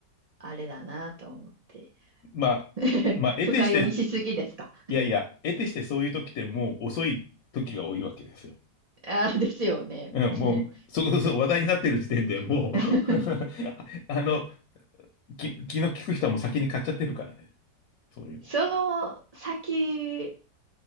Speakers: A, on the right; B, on the left.
A: あれだなと思って。
B: まあ、
A: <laughs>
B: まあ、得てして、
A: 深読みしすぎですか。
B: いやいや、得てしてそういう時ってもう遅い時が多いわけですよ。
A: ああ、ですよね。
B: うん、もう、
A: もう
B: そこそこ話題になってる時点でもう
A: <laughs>
B: <laughs> あの、き、気の利く人はもう先に買っちゃってるからね。そういうの。
A: その先